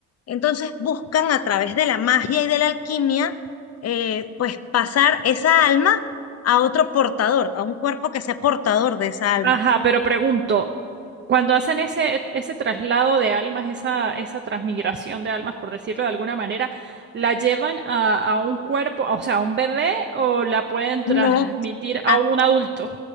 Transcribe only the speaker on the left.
entonces buscan a través de la magia y de la alquimia, eh, pues pasar esa alma a otro portador, a un cuerpo que sea portador de esa alma,
no
a